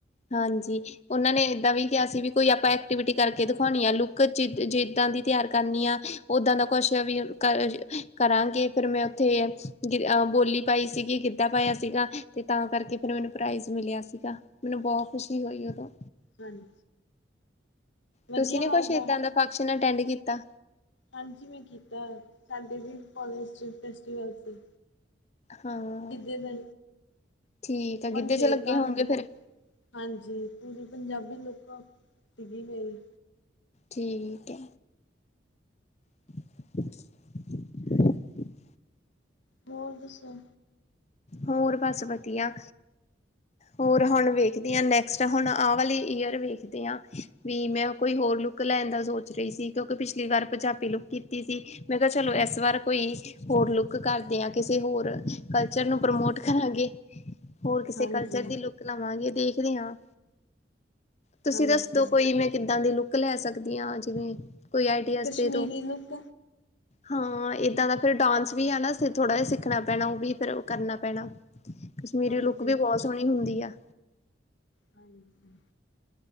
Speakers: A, on the left; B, on the left.
A: ਹਾਂਜੀ। ਓਨਾਂ ਨੇ ਏਦਾਂ ਵੀ ਕਿਆ ਸੀ ਵੀ ਕੋਈ ਆਪਾਂ ਐਕਟੀਵਿਟੀ ਕਰਕੇ ਦਿਖੌਨੀ ਐ ਲੁੱਕ ਜਿ ਜਿੱਦਾਂ ਦੀ ਤਿਆਰ ਕਰਨੀ ਆ। ਓਦਾਂ ਦਾ ਕੁਛ ਵੀ ਕ ਕਰਾਂਗੇ ਫਿਰ ਮੈਂ ਓਥੇ ਅ ਬੋਲੀ ਪਾਈ ਸੀਗੀ ਗਿੱਦਾ ਪਾਏਆ ਸੀਗਾ ਤੇ ਤਾਂ ਕਰਕੇ ਫਿਰ ਮੈਨੂੰ ਪਰਾਈਜ਼ ਮਿਲਿਆ ਸੀਗਾ ਮੈਨੂੰ ਬਹੁ ਖੁਸ਼ੀ ਹੋਈ ਓਦੋਂ।
B: ਹਾਂਜੀ। ਵਧੀਆ
A: ਤੁਸੀਂ ਨੀ
B: ਲੱਗਦਾ
A: ਕੁਛ ਏਦਾਂ ਦਾ ਫੰਕਸ਼ਨ ਅਟੈਂਡ ਕੀਤਾ।
B: ਹਾਂਜੀ ਮੈਂ ਕੀਤਾ, ਸਾਡੇ ਵੀ ਕੋਲਜ ਚ ਫੈਸਟੀਵਲ ਸੀ।
A: ਹਾਂ
B: ਗਿੱਦੇ ਦੇ,
A: ਠੀਕ ਆ ਗਿੱਧੇ
B: ਹੁਨ ਫੇਰ
A: ਚ ਲੱਗੇ
B: ਕਰਨਗੇ।
A: ਹੋਗੇ ਫਿਰ
B: ਹਾਂਜੀ, ਪੂਰੀ ਪੰਜਾਬੀ ਲੁੱਕ ਸੀਗੀ ਮੇਰੀ।
A: ਠੀਕ ਐ। <inaudible>
B: ਹੋਰ ਦੱਸੋ
A: ਹੋਰ ਬਸ ਵਦੀਆ। ਹੋਰ ਹੁਨ ਵੇਖਦੀ ਆਂ ਨੈਕਸਟ ਹੁਨ ਆਹ ਵਾਲੀ ਈਅਰ ਵੇਖਦੇ ਆਂ, ਵੀ ਮੈਂ ਓ ਕੋਈ ਹੋਰ ਲੁੱਕ ਲੈਨ ਦਾ ਸੋਚ ਰਈ ਸੀ ਕਿਓਂਕਿ ਪਿਛਲੀ ਵਾਰ ਪੰਜਾਬੀ ਲੁੱਕ ਕੀਤੀ ਸੀ। ਮੈਂ ਕਿਆ ਚਲੋ ਐਸ ਵਾਰ ਕੋਈ ਹੋਰ ਲੁੱਕ ਕਰਦੇ ਆਂ ਕਿਸੇ ਹੋਰ ਕਲਚਰ ਨੂੰ ਪਰਮੋਟ ਕਰਾਂਗੇ, ਹੋਰ ਕਿਸੇ
B: ਹਾਂਜੀ
A: ਕਲਚਰ ਦੀ ਲੁੱ ਲੁੱਕ ਲਵਾਂਗੇ ਦੇਖਦੇ ਆਂ, ਤੁਸੀਂ
B: ਹਾਂਜੀ
A: ਦੱਸਦੋ ਕੋਈ ਮੈਂ ਕਿੱਦਾਂ ਦੀ ਲੁੱਕ ਲੈ ਸਕਦੀ ਆਂ, ਜਿਵੇਂ ਕੋਈ ਆਈਡੀਆਜ
B: ਕਸ਼ਮੀਰੀ
A: ਦੇਦੋ।
B: ਲੁੱਕ
A: ਹਾਂ, ਏਦਾਂ ਦਾ ਫਿਰ ਡਾਂਨਸ ਵੀ ਆ ਨਾ ਥੋੜਾ ਜਾ ਸਿੱਖਨਾ ਪੈਨਾ ਓ ਵੀ ਫਿਰ ਓ ਕਰਨਾ ਪੈਨਾ, ਕਸ਼ਮੀਰੀ
B: ਹਾਂਜੀ
A: ਲੁੱਕ ਵੀ ਬਹੁ ਸੋਨੀ ਹੁੰਦੀ ਆ।
B: ਹਾਂਜੀ।